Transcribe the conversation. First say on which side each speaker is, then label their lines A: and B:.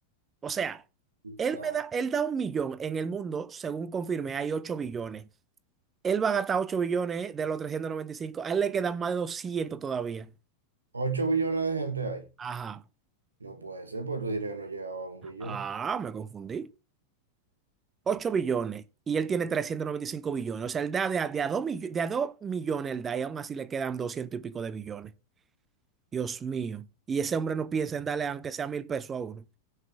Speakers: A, on the right; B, on the right.
A: O sea,
B: O
A: él
B: sea,
A: me da, él da un millón en el mundo, según confirmé, hay 8 billones. Él va a gastar 8 billones de los 395. A él le quedan más de 200 todavía.
B: ocho billones de gente hay.
A: Ajá.
B: No puede ser, pues tú dirás que no llegaba a un billón.
A: Ah, me confundí. 8 billones y él tiene 395 billones. O sea, él da de a, de a 2 millones, de a dos millones él da y aún así le quedan 200 y pico de billones. Dios mío. Y ese hombre no piensa en darle aunque sea mil pesos a uno.